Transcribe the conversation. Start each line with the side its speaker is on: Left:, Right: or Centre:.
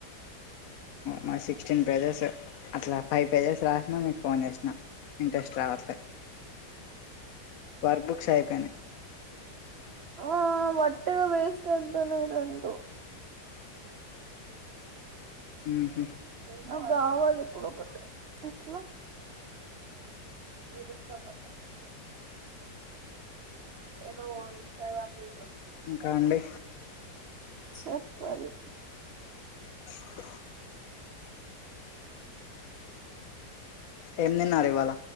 Left: మాది సిక్స్టీన్ పేజెస్ అట్లా ఫైవ్ పేజెస్ రాసిన మీకు ఫోన్ చేసినా ఇంట్రెస్ట్ రావట్లే వర్బ్ క్షాయిపోయినయ్
Right: ఆ వట్టిగా వేస్ట్ అయిపోయినయ్ రేండు
Left: మ్
Right: నాకు కావాలి ఇప్పుడు ఒకటి ఎట్లా విడుస్తాబా ఏదో ఇంస్టాగ్రామ్ <unintelligible>
Left: ఇంకా అండి
Right: చెప్పాలి
Left: <inaudible> <unintelligible> ఏం తిన్నారు వల